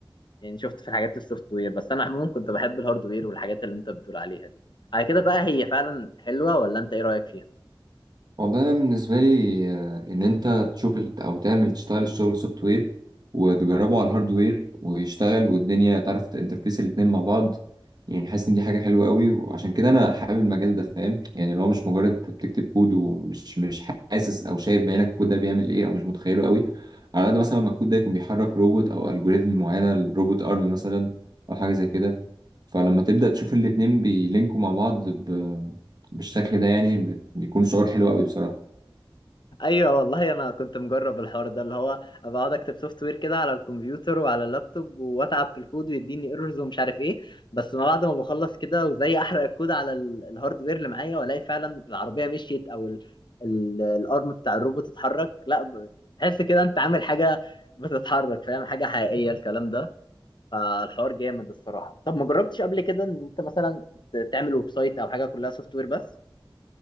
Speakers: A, on the left; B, on the right.
A: يعني شفت في الحاجات السوفت وير بس انا عموما كنت بحب الهاردوير والحاجات اللي انت بتقول عليها دي على كده بقى هي فعلا حلوة ولا انت ايه رأيك فيها
B: والله أنا بالنسبة لي آه، إن أنت تشوف ال- أو تعمل تشتغل الشغل سوفت وير وتجربه على الهاردوير ويشتغل والدنيا تعرف تنترفيس الاتنين مع بعض يعني حاسس إن دي حاجة حلوة قوي وعشان كده أنا حابب المجال ده فاهم يعني اللي هو مش مجرد أنت بتكتب كود ومش مش حاسس أو شايف بعينك الكود ده بيعمل إيه أو مش متخيله قوي على قد مثلا ما الكود ده يكون بيحرك روبوت أو ألجوريزم معينة الروبوت أرم مثلا أو حاجة زي كده فلما تبدأ تشوف الاتنين بيلينكوا مع بعض بالشكل ده يعني بت- بيكون شعور حلو قوي بصراحة
A: ايوه والله انا كنت مجرب الحوار ده اللي هو ابقى اقعد اكتب سوفت وير كده على الكمبيوتر وعلى اللابتوب واتعب في الكود ويديني ايرورز ومش عارف ايه بس ما بعد ما بخلص كده وزي احرق الكود على ال- الهاردوير اللي معايا والاقي فعلا العربيه مشيت او ال- ال- الارم بتاع الروبوت اتحرك لا ب- تحس كده انت عامل حاجه بتتحرك فاهم حاجه حقيقيه الكلام ده فالحوار جامد الصراحه طب ما جربتش قبل كده ان انت مثلا ت- تعمل ويب سايت او حاجه كلها سوفت وير بس